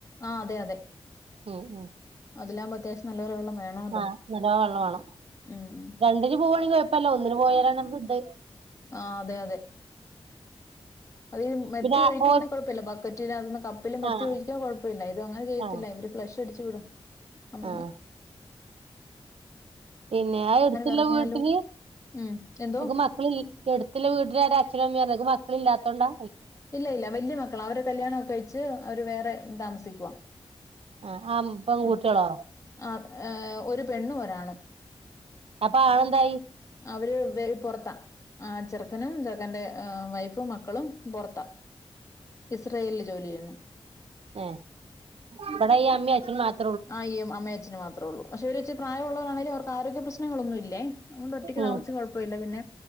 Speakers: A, on the left; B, on the right.
A: ആ അതെ അതെ
B: ഉം ഉം
A: അതിലാവുമ്പോ അത്യാവശ്യം നല്ല വെള്ളം വേണമല്ലോ
B: ആഹ് നല്ലോം വെള്ളം വേണം
A: ഉം ഉം
B: രണ്ടിന് പോ ണ കുഴപ്പമല്ല ഒന്നന് പോയാലാണ് ഇത്
A: ആ അതെ അതെ അത് മെത്തിയ
B: പിന്നെ
A: ഒഴിക്കുവാണങ്കിൽ
B: ഓ
A: കുഴപ്പമില്ല ബക്കറ്റിലാ കപ്പിൽ മത്തി
B: ആഹ്
A: ഒഴിക്കാ കുഴപ്പമില്ല ഇത് അങ്ങനെ ചെയ്യത്തില്ല
B: ആഹ്
A: ഇവര്ക്ലഷ് തിരിച്ചുവിടും <unintelligible>
B: ആഹ് പിന്നെ ആ എടുത്തുള്ള
A: ഇറങ്ങിയാലും
B: വീട്ടില്
A: ഉം എന്തോ
B: ഓൾക്ക് മക്കളെ എടുത്തുള്ള വീട്ടില് ആരാ അച്ഛനും അമ്മയുമാണ്. മക്കളെ ഇല്ലാത്തോണ്ടാ.
A: ഇല്ല ഇല്ല വല്ല്യ മക്കളാ അവരെ കല്യാണയൊക്കെ കഴിച്ച് അവര് വേറെ താമസിക്കുവാ.
B: ആഹ് ആഹ് പെൺകുട്ടികളോ
A: ഉം ആ ഏർ ഒരു പെണ്ണും ഒരാണും
B: അപ്പൊ ആളെന്തായി
A: അവര് വേ പുറത്ത ആ ചെറ <unintelligible> ടെ വൈഫും മ മക്കളും പൊറത്ത ഇസ്രയേലില് ജോലി ചെയ്യുന്നു.
B: ഉം ഇവിടെ ഈ അമ്മയും അ <unintelligible>
A: ആയിയും അമ്മയും അച്ഛനും മാത്രേള്ളു. പക്ഷെ ഓര് ഇച്ചിരി പ്രായമുള്ളവരാണേലും അവർക്ക് ആരോഗ്യ പ്ര ശനങ്ങളൊന്നുമില്ലേ അതുകൊണ്ട് ഒറ്റക്ക്
B: ഉം
A: താമസിച്ച് കുഴപ്പമില്ല പിന്നെ